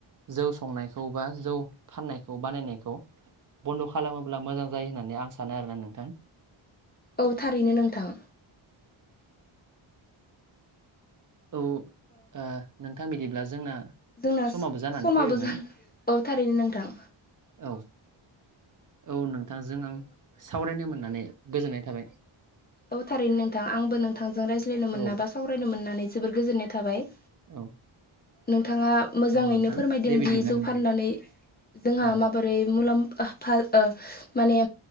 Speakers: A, on the right; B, on the left.
A: जौ संनायखौ बा जौ फाननायखौ बानायनायखौ बन्द' खालामोब्ला मोजां जायो होननानै आं सानो आरोना नोंथां।
B: औ थारैनो नोंथां।
A: ओ औ ओ नोंथां बिदिब्ला जोंना
B: जोंना
A: समाबो जानानै
B: समाबो
A: फैबायमोन
B: जा औ थारैनो नोंथां।
A: औ औ नोंथांजों आं सावरायनो मोननानै गोजोननाय थाबाय।
B: औ थारैनो नोंथां आंबो नोंथांजों रायज्लायनो
A: औ
B: मोना बा सावरायनो मोननानै जोबोर गोजोननाय थाबाय।
A: औ
B: नोंथाङा मोजाङैनो
A: औ नोंथां
B: फोरमायदों
A: दे बिदिब्ला
B: दि जौ
A: नोंथां
B: फाननानै जोंहा
A: औ
B: माबोरै मुलामफा ओ माने